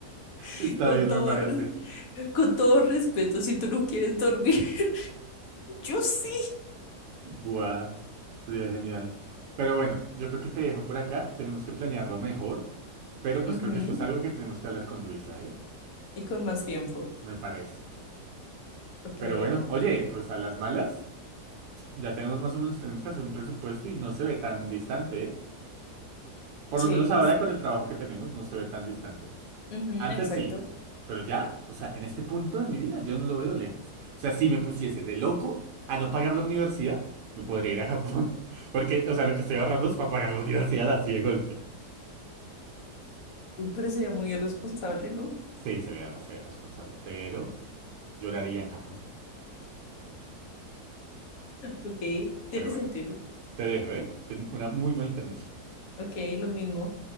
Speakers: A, on the left; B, on the right.
A: <laughs>
B: Está
A: con
B: bien,
A: todo,
B: me parece.
A: res- con todo respeto, si tú no quieres dormir, <laughs> Yo sí.
B: Buah, sería genial. Pero bueno, yo creo que te dejo por acá. Tenemos que planearlo mejor, pero pues
A: Ujú,
B: creo que esto es algo que tenemos que hablar con Luisa, ¿eh?
A: Y con más tiempo.
B: Me parece.
A: Ok,
B: Pero bueno, oye, pues a las malas, ya tenemos más o menos, tenemos que hacer un presupuesto y no se ve tan distante, ¿eh? Por
A: seis,
B: lo menos ahora con el trabajo que tenemos, no se ve tan distante.
A: ujú,
B: Antes
A: exacto.
B: sí, pero ya, o sea, en este punto de mi vida yo no lo veo lejos. O sea, si me pusiese de loco a no pagar la universidad, me podría ir a Japón. <laughs> Porque, o sea, lo que estoy ahorrando es para pagar la universidad así de golpe.
A: Uy, pero sería muy irresponsable, ¿no?
B: Sí, sería demasiado irresponsable, pero lloraría en Japón.
A: Ok, tiene
B: Pero bueno,
A: sentido.
B: te dejo, ¿eh? Ten una muy bonita noche.
A: Ok, lo mismo.